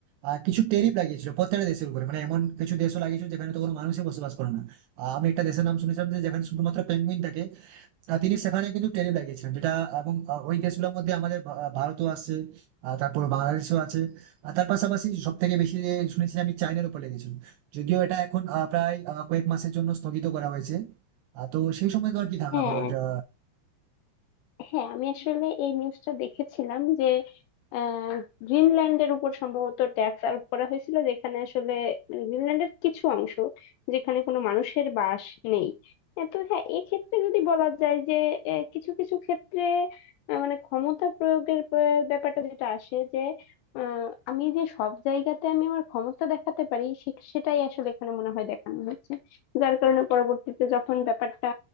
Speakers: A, on the right; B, on the left.
A: আহ কিছু ট্যারিফ লাগিয়েছিল প্রত্যেকটা দেশের উপরে মানে এমন কিছু দেশও লাগিয়েছিল যেখানে তো কোনো মানুষই বসবাস করে না আহ আমি একটা দেশের নাম শুনেছিলাম যে যেখানে শুধুমাত্র পেঙ্গুইন থাকে আহ তিনি সেখানে কিন্তু ট্যারিফ লাগিয়েছিলেন যেটা এবং আহ, ওই দেশগুলোর মধ্যে আমাদের ভা- আহ, ভারতও আছে আহ, তারপর বাংলাদেশও আছে আর তার পাশাপাশি সব থেকে বেশি যে শুনেছি আমি চায়নার উপর লেগেছিল যদিও এটা এখন আহ, প্রায় আহ, কয়েক মাসের জন্য স্থগিত করা হয়েছে আহ, তো সেই সময় তোমার কি ধারণা
B: হ্যাঁ
A: বলো এটা
B: হ্যাঁ আমি আসলে এই নিউজটা দেখেছিলাম যে আহ, গ্রিনল্যান্ডের উপর সম্ভবত ট্যাক্স আরোপ করা হয়েছিল যেখানে আসলে মানে গ্রিনল্যান্ডের কিছু অংশ যেখানে কোনো মানুষের বাস নেই হ্যাঁ, তো হ্যাঁ এক্ষেত্রে যদি বলা যায় যে আহ, কিছু কিছু ক্ষেত্রে আহ, মানে ক্ষমতা প্রয়োগের প্র- ব্যাপারটা যেটা আসে যে আহ, আমি যে সব জায়গাতে আমি আমার ক্ষমতা দেখাতে পারি সে- সেটাই আসলে এখানে মনে হয় দেখানো হয়েছে যার কারণে পরবর্তীতে যখন ব্যাপারটা